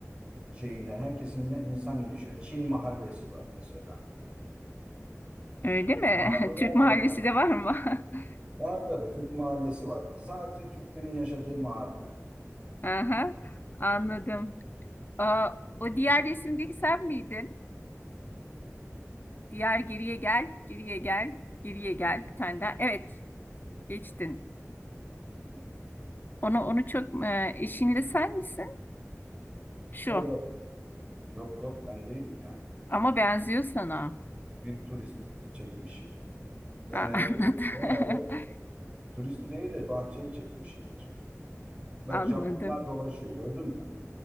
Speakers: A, on the right; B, on the left.
A: şeyinden, herkesinden insan yaşıyor. Çin mahallesi var mesela.
B: Öyle mi?
A: Mahalleler
B: <laughs> Türk mahallesi
A: var yani.
B: de var mı? <laughs>
A: Var tabii Türk mahallesi var. Sadece Türklerin yaşadığı mahalle.
B: Aha, anladım. Aa, o diğer resimdeki sen miydin? Diğer geriye gel, geriye gel, geriye gel bir tane daha. Evet, geçtin.
A: Hı.
B: Onu onu çok e, eşinle sen misin? Şu.
A: Yok yok. Yok yok ben değilim ya.
B: Ama benziyor sana.
A: Bir turist çekmişim. Yani
B: Ha, <laughs>
A: şey, herhalde
B: anladım.
A: turisti değil de bahçeyi çekmişimdir. Bak
B: <laughs> Anladım.
A: Japonlar dolaşıyor gördün mü?